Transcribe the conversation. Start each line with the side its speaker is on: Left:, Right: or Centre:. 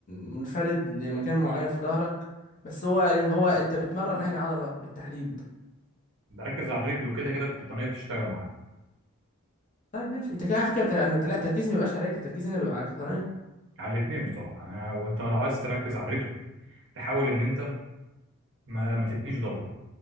Left: منفرد لمكان معين في ظهرك بس هو يعني هو انت بتمرن اهني عضلة بالتحديد
Right: بركز على الرجل وكده كده القطنية بتشتغل معاها
Left: طيب ماشي انت كده على فكرة ت- انا لا التركيز ما بيبقاش على رجلي التركيز هنا بيبقى على القطنية
Right: على الاتنين بصراحة أنا وأنت لو عايز تركز على الرجل تحاول إن أنت ما, ما تتنيش ظهرك